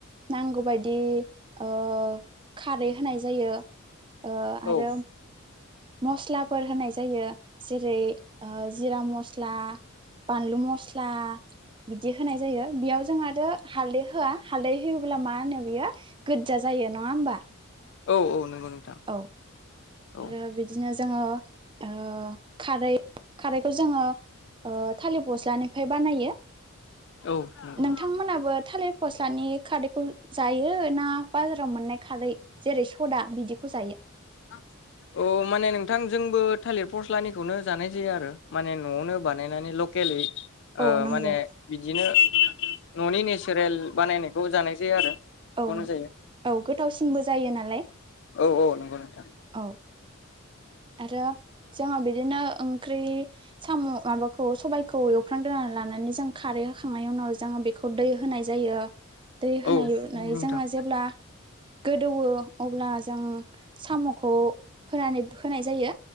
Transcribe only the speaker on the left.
औ
औ औ नंगौ नोंथां।
औ
औ नंगौ
<unintelligible> औ माने नोंथां जोंबो थालिर फस्लानिखौनो जानाय जायो आरो माने न'आवनो बानायनानै लकेलै ओ
माने बिदिनो न'नि नेचारेल बानायनायखौ जानाय जायो आरो। बेखौनो
जायो
औ औ नंगौ नोंथां
औ नोंथां